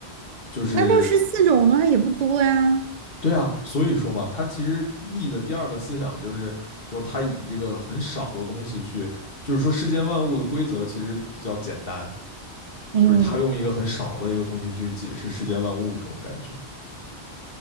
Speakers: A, on the left; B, on the right.
A: 就是
B: 那六十四种的话也不多呀。
A: 对啊，所以说嘛，他其实易的第二个思想就是说，他以这个很少的东西去，就是说世间万物的规则其实比较简单，
B: 嗯，
A: 就是他用一个很少的一个东西去解释世间万物这种感觉。